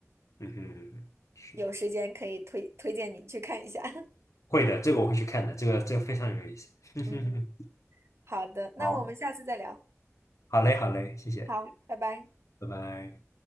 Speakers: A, on the left; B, on the right.
A: 嗯哼，是
B: 有时间可以推推荐你去看一下。<laughs>
A: 会的，这个我会去看的，这个这个非常有意思。<laughs>
B: 嗯嗯，好的，
A: 好，
B: 那我们下次再聊。
A: 好嘞，好嘞，谢谢，
B: 好，拜拜。
A: 拜拜。